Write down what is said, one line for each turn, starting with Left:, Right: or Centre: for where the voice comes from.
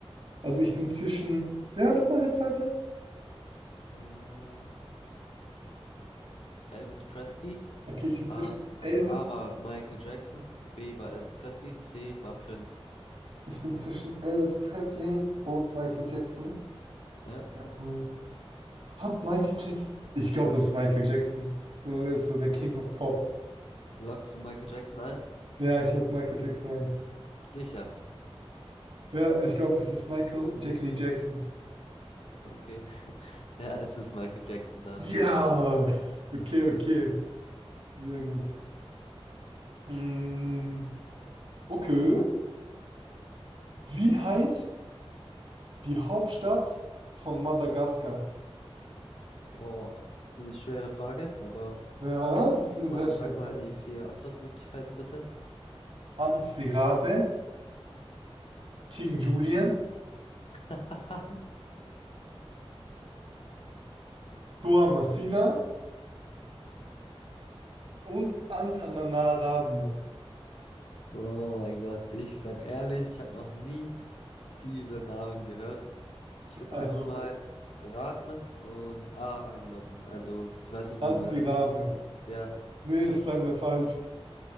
Right: Also ich bin zwischen. Wer war nochmal der zweite?
Left: Äh, Elvis Presley.
Right: Okay, ich bin
Left: A,
Right: zwischen Elvis.
Left: also A war Michael Jackson, B war Elvis Presley, C war Prince.
Right: Ich bin zwischen Elvis Presley und Michael Jackson.
Left: Ja.
Right: Hm, Hat Michael Jackson? Ich glaube, es ist Michael Jackson. So, er ist so der King of Pop.
Left: Loggst du Michael Jackson ein?
Right: Ja, ich logge Michael Jackson ein.
Left: Sicher.
Right: Ja, ich glaube, es ist Michael Jackie Lee Jackson.
Left: Okay. <laughs> Ja, es ist Michael Jackson, da hast
Right: Ja!
Left: du recht.
Right: Okay, okay. Sehr gut. Mm, okay. Wie heißt die Hauptstadt von Madagaskar?
Left: Oh, so eine schwere Frage, aber
Right: Ja, das ist
Left: guck
Right: eine
Left: mal,
Right: sehr starke
Left: sag mal
Right: Frage.
Left: die vier Antwortmöglichkeiten bitte.
Right: Antsirabe, King Julian,
Left: <laughs>
Right: Toamasina und Antananarivo.
Left: Oh mein Gott, ich sag ehrlich, ich habe noch nie diese Namen gehört. Ich würde
Right: Also
Left: einfach mal raten und A einloggen. Also, ich weiß nicht
Right: Antsirabe.
Left: mal, wer bezieht. Ja,
Right: Nee, ist leider falsch.